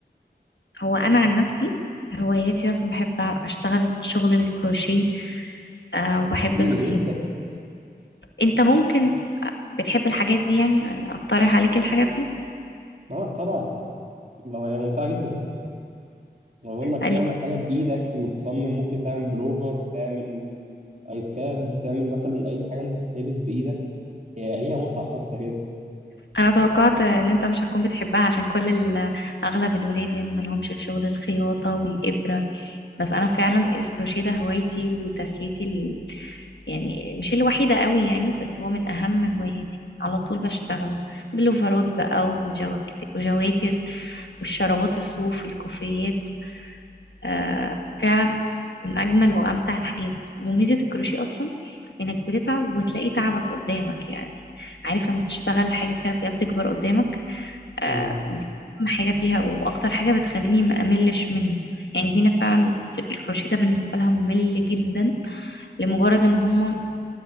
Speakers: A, on the left; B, on the right.
A: هو انا عن نفسي هواياتي اصلا بحب اشتغل شغل الكروشيه آه وبحب
B: حلو
A: الخيط
B: جدا
A: انت ممكن بتحب الحاجات دي يعني يعني اقترح عليك الحاجات دي
B: اه طبعا لو هي ممتعه جدا لو انك
A: ال-
B: تعمل حاجه بايدك وتصمم ممكن تعمل بلوفر تعمل ايس كاب تعمل مثلا اي حاجه ممكن تتلبس بايدك هي ليها متعه خاصه كده
A: انا توقعت ان انت مش هتكون بتحبها عشان كل ال- اغلب الولاد يعني مالهمش في شغل الخياطة والابرة بس انا فعلا الكروشيه ده هوايتي وتسليتي ال... يعني مش الوحيدة قوي يعني بس هو من اهم هواياتي على طول بشتغله بلوفرات بقى وجواكت وجواكت والشرابات الصوف الكوفيات آه فعلا من أجمل وأمتع الحاجات وميزة الكروشيه أصلا إنك بتتعب وتلاقي تعبك قدامك يعني عارف لما تشتغل حاجة كده كده بتكبر قدامك آه
B: <laughs>
A: دي أهم حاجة فيها وأكتر حاجة بتخليني ما أملش منه يعني في ناس فعلا الكروشيه ده بالنسبة لها ممل جدا لمجرد ان هم